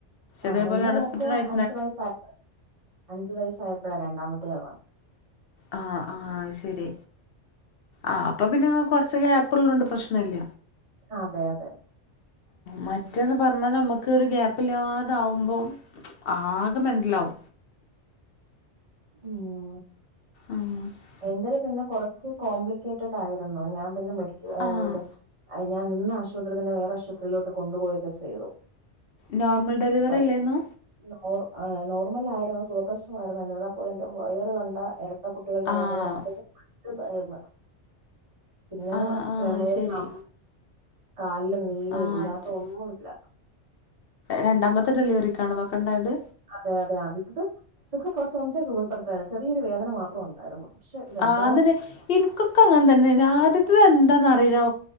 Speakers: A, on the right; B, on the left.
A: ആഹ്
B: ഇതേപോലെ
A: എന്റെ
B: അണെസ്പെക്റ്റഡായി
A: മോക്ക് അഞ്ചു വയസ് ആയഅഞ്ചു വയസായപ്പോഴാ രണ്ടാമത്തെ ആള് വന്ന് ത്
B: ആഹ് ആഹ് ശരി ആ അപ്പൊ പിന്നെ കുറച്ച് ക്യപ് ഉള്ളത്കൊണ്ട് പ്രശ്നല്ല
A: അതെ അതെ
B: മറ്റേന്ന് പറഞ്ഞാ ഞമ്മക്ക് ഒരു ഗ്യാപ്പില്ലാതാവുമ്പോ ആകെ മെൻ്റൽ വും
A: ഉം
B: ആഹ് <inaudible>
A: എന്റത് പിന്നെ കുറച്ച് കോംപ്ലിക്കേറ്റ്ടയിരുന്നു ഞാൻ പിന്നെ മെഡിക് ഏഹ്
B: ആഹ്
A: ഇത് അത് ഞാൻ നിന്ന ആശുപത്രിന്നെന്നെ വേറെ ആശപത്രിയിലോട്ട് കൊണ്ടുപോയൊക്കെ ചെയ്തു
B: നോർമൽ ഡെലിവറി
A: വൽ
B: അല്ലേന്നു
A: നോർ നോർമൽ ആയിരുന്നു സുഖപ്രസവമായിരുന്നു എന്നിരുന്നാപ്പോലും എന്റെ വയറ് കണ്ടാ ഇരട്ടക്കുട്ടികളുടെ
B: ആഹ്
A: വയർ <unintelligible> പിന്നെ
B: ആഹ് ആഹ്
A: പ്രമേഹം
B: ശരി
A: കാലില് നീര്
B: ആഹ്
A: ഇല്ലാത്തതൊന്നുല്ല
B: രണ്ടാമത്തെ ഡെലിവറിക്കാണോ ഇതൊക്കെണ്ടായത്
A: അതെ അതെ ആദ്യത്തത് സുഖപ്രസവംന്ന് വെച്ചാ സുഖപ്രസവം ചെറിയൊരു വേദന മാത്രം ഉണ്ടായിരുന്നു പക്ഷെ രണ്ടാമത്തെ
B: ആഇനിക്കൊക്കെ അങ്ങനെ തന്നായ് ആദ്യത്തെ എന്താന്ന്റിയില്ല